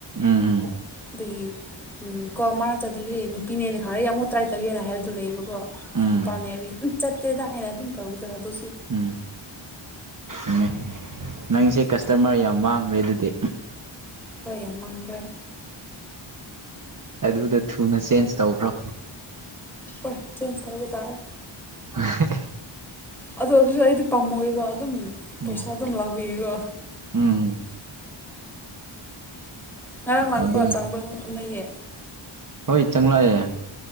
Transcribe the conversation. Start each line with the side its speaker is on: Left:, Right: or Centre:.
Right: ꯎꯝ ꯎꯝ
Centre: <unintelligible> ꯄꯤꯅꯦꯅ ꯈꯪꯅꯦ ꯑꯃꯨꯛ ꯇ꯭ꯔꯥꯏ ꯇꯧꯒꯦꯅ ꯍꯥꯏꯕꯗꯨ ꯂꯩꯌꯦꯕꯀꯣ
Right: ꯎꯝ
Centre: ꯅꯨꯄꯥꯅꯦ ꯍꯥꯏꯕꯤ ꯎꯝ ꯆꯠꯇꯦꯗ ꯍꯥꯏꯅ ꯑꯗꯨꯝ ꯇꯕꯗ ꯑꯗꯨ
Right: ꯎꯝ ꯎꯃꯦ ꯅꯪꯁꯦ ꯀꯁꯇꯃꯔ ꯌꯥꯝ ꯃꯥꯡꯈ꯭ꯔꯦ ꯑꯗꯨꯗꯤ
Centre: ꯑꯩꯈꯣꯏ ꯌꯥꯝ ꯃꯥꯡꯈ꯭ꯔꯦ
Right: ꯑꯗꯨꯗ ꯊꯨꯅ ꯆꯦꯟꯖ ꯇꯧꯈ꯭ꯔꯣ
Centre: ꯍꯣꯏ ꯆꯦꯟꯖ ꯇꯧꯕ ꯇꯥꯔꯦ
Right: ꯍ
Centre: ꯑꯗ ꯍꯧꯁꯨ ꯑꯩꯗꯤ ꯄꯥꯝꯃꯣꯏꯕ ꯑꯗꯨꯝ
Right: ꯎꯝ
Centre: ꯄꯩꯁꯥ ꯑꯗꯨꯝ ꯂꯥꯛꯄꯤꯌꯦꯀꯣ
Right: ꯎꯝ
Centre: ꯉꯔꯥꯡ ꯂꯥꯛꯄ꯭ꯔꯣ
Right: ꯑꯗꯨꯅꯦ
Centre: ꯆꯪꯕ꯭ꯔꯥꯅꯩꯌꯦ
Right: ꯍꯣꯏ ꯆꯪꯪꯂꯛꯑꯦ